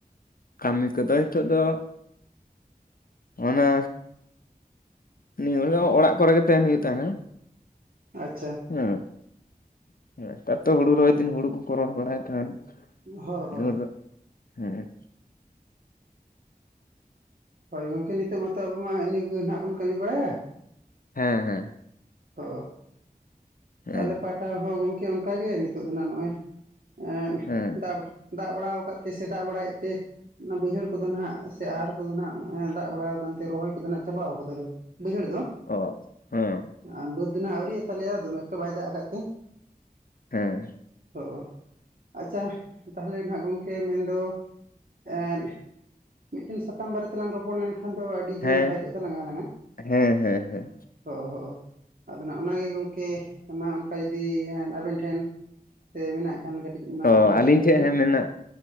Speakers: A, on the left; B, on the right.
A: ᱠᱟᱹᱢᱤ ᱠᱟᱫᱚ ᱦᱤᱛᱚᱜ ᱫᱚᱼᱼ ᱚᱱᱟ ᱱᱤᱭᱟ ᱵᱮᱲᱟ ᱫᱚ ᱚᱲᱟᱜ ᱠᱚᱨᱮ ᱜᱮ ᱛᱟᱦᱮᱱ ᱦᱩᱭᱩᱜ ᱛᱟᱦᱮᱱᱟ᱾
B: ᱟᱪᱪᱷᱟ᱾
A: ᱦᱮᱸ ᱟᱨ ᱛᱚ ᱦᱩᱲᱩ ᱨᱚᱭ ᱫᱤᱱ ᱦᱩᱲᱩ ᱠᱚ ᱠᱚ ᱨᱚᱦᱚᱭ ᱵᱟᱲᱟᱭ ᱛᱟᱦᱮᱱ᱾
B: ᱦᱚᱸ ᱦᱚᱸ
A: ᱱᱮᱦᱚᱲ ᱫᱚ ᱦᱮᱸᱼᱼ
B: ᱦᱳᱭ ᱜᱚᱝᱠᱮ ᱱᱤᱛᱚᱜ ᱢᱟᱛᱚ ᱟᱵᱚ ᱢᱟ ᱤᱱᱟᱹ ᱠᱚᱜᱮ ᱱᱟᱦᱟᱜ ᱵᱚᱱ ᱠᱟᱹᱢᱤ ᱵᱟᱲᱟᱭᱟ᱾
A: ᱦᱮᱸ ᱦᱮᱸ᱾
B: ᱚ
A: ᱦᱮᱸ
B: ᱟᱞᱮ ᱯᱟᱴᱼᱼ ᱴᱟᱣ ᱦᱚᱸ ᱜᱚᱝᱠᱮ ᱚᱱᱠᱟ ᱜᱮ ᱱᱤᱛᱚᱜ ᱫᱚ ᱱᱟᱦᱟᱜ ᱱᱚᱜᱼᱚᱭ ᱮᱸᱼᱼ
A: ᱦᱮᱸ,
B: ᱫᱟᱵᱟ ᱫᱟᱜ ᱵᱟᱲᱟᱣ ᱠᱟᱜ ᱛᱮ ᱥᱮ ᱫᱟᱜ ᱵᱟᱲᱟᱭᱮᱜ ᱛᱮ ᱚᱱᱟ ᱵᱟᱹᱭᱦᱟᱹᱲ ᱠᱚᱫᱚ ᱱᱟᱦᱟᱜ ᱥᱮ ᱟᱨ ᱠᱚᱫᱚ ᱱᱟᱜ ᱾ <inaudible> ᱫᱟᱜ ᱵᱟᱲᱟᱣ ᱠᱟᱱᱛᱮ ᱨᱚᱦᱚᱭ ᱠᱚᱫᱚ ᱱᱟᱜ ᱪᱟᱵᱟᱣ ᱠᱟᱫᱟᱞᱮ ᱵᱟᱹᱭᱦᱟᱹᱲ ᱫᱚ ᱾
A: ᱚ, ᱦᱮᱸ
B: ᱟᱨ ᱵᱟᱹᱫᱽ ᱫᱚᱱᱟ ᱟᱹᱣᱨᱤ ᱟᱛᱟᱞᱮᱭᱟ ᱫᱚᱢᱮ ᱮᱠᱴᱩ ᱵᱟᱭ ᱫᱟᱜ ᱠᱟᱫ ᱛᱮ᱾
A: ᱦᱮᱸ,
B: ᱦᱚᱜᱼᱚ ᱟᱪᱪᱷᱟ ᱛᱟᱞᱦᱮ ᱱᱟᱦᱟᱜ ᱜᱚᱝᱠᱮ ᱢᱮᱱᱫᱚ ᱮᱱ ᱢᱤᱫᱴᱮᱱ ᱥᱟᱛᱟᱢ ᱵᱟᱨᱮ ᱛᱮᱞᱟᱝ ᱨᱚᱯᱚᱲ ᱞᱮᱱᱠᱷᱟᱱ ᱠᱷᱟᱱ ᱫᱚ ᱟᱹᱰᱤ ᱜᱮ
A: ᱦᱮᱸ
B: ᱱᱟᱯᱟᱭ ᱠᱚᱜ ᱛᱟᱞᱟᱝᱟ ᱟᱞᱟᱝᱟᱜ
A: ᱦᱮᱸ ᱦᱮᱸ ᱦᱮᱸ
B: ᱦᱚᱸᱜ ᱦᱚᱸᱜ ᱟᱫᱚ ᱱᱟᱜ ᱚᱱᱟᱜᱮ ᱜᱚᱝᱠᱮ ᱢᱟ ᱚᱱᱠᱟ ᱡᱩᱫᱤ ᱟᱵᱮᱱ ᱴᱷᱮᱱ ᱾ ᱛᱮ ᱢᱮᱱᱟᱜ ᱾ ᱠᱷᱟᱱ ᱠᱟᱹᱴᱤᱡ
A: ᱚ ᱟᱹᱞᱤᱧ ᱴᱷᱮᱡ
B: ᱵᱮᱱ
A: ᱦᱮᱸ ᱢᱮᱱᱟᱜ